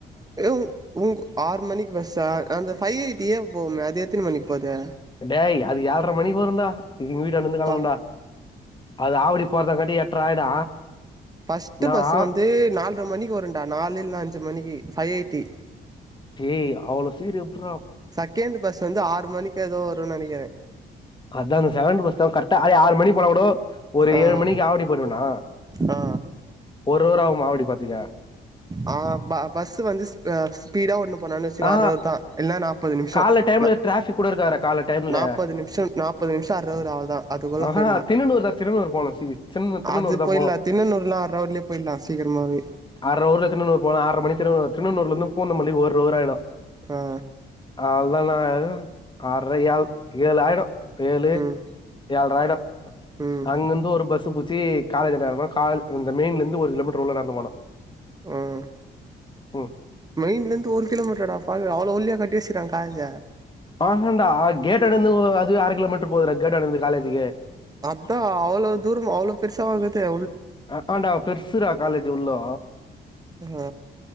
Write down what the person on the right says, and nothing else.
ஏதோ உங் உங் ஆறு மணிக்கு பஸ்ஸா அந்த ஃபைவ் டியே போவுமே அது எத்தின் மணிக்கு போதெ
பா
ஃபர்ஸ்ட்டு
பஸ்
வந்து நாலர மணிக்கு வருண்டா நாலு இல்லனா அஞ்சு மணிக்கு ஃபைவ் எயிட்டி
செகண்ட் பஸ் வந்து ஆறு மணிக்கு எதோ வரு நெனைக்கறே
ஆ
ஆ
ஆ ப பஸ்சு வந்து ஸ்பீ ஸ்பீடா ஓட்னு போனானு வச்சுக்கோ
அர் அவ்ரு தா இல்ல நா ப்பது நிமிஷோ
நா
நாப்பது நிம்ஷ நாப்பது நிம்ஷ அர் அவ்ரு அவ்ள்தா அதுக்குள்ள
போய் டலா
அது
போயிலா
தின்னனூறுலா அர் அவர்லயே போயிர்லா சீக்கரமாவே
ஆ
ம்
ம்
ம்
மெயின்ல இருந்து ஒரு கிலோமீட்டராடா பாவி அவ்ளோ உள்ளையா கட்டி வச்சுருக்காங் காலேஜ
அதா அவ்ளோ தூர்ம அவ்ளோ பெர்சாவ இக்குது
ம்